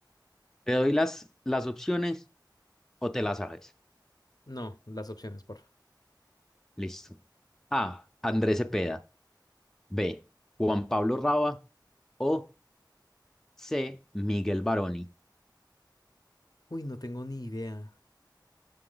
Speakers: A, in the centre; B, on the left (about 55°).
A: ¿Te doy las, las opciones o te las sabes?
B: No, las opciones, porfa.
A: Listo. A. Andrés Cepeda. B. Juan Pablo Raba. O C. Miguel Baroni.
B: Uy, no tengo ni idea.